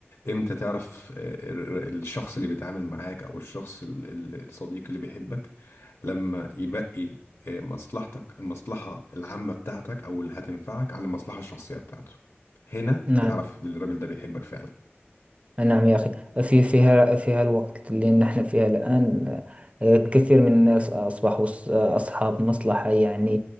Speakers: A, on the left; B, on the right.
A: امتى تعرف آه، ال- ال- الشخص اللي بيتعامل معاك او الشخص ال- ال- الصديق اللي بيحبك لما يبقي آه، مصلحتك المصلحة العامة بتاعتك او اللي هتنفعك على المصلحة الشخصية بتاعته هنا
B: نعم
A: تعرف ان الراجل ده بيحبك فعلا
B: نعم يا أخي في فيها فيها الوقت اللي نحن فيها الآن آه، كثير من الناس أصبحوا أص- أصحاب مصلحة يعني